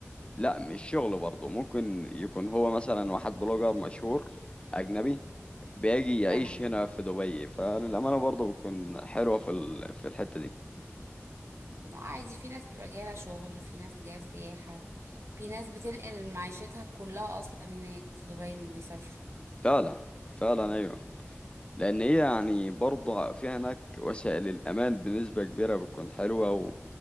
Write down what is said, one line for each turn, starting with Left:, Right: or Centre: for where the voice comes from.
Left: لا مش شغل برضه ممكن يكون هو مثلا واحد بلوجر مشهور أجنبي بيجي يعيش
Right: تمام
Left: هنا في دبي فللأمانة برضه بتكون حلوة في ال... في الحتة دي
Right: لا عادي في ناس بتبقى جاية لها شغل في ناس جاية سياحة في ناس بتنقل معيشتها كلها أصلا هناك في دبي ما بيسافروا
Left: فعلا فعلا أيوه لأن هي يعني برضه في هناك وسائل الأمان بنسبة كبيرة بتكون حلوة و...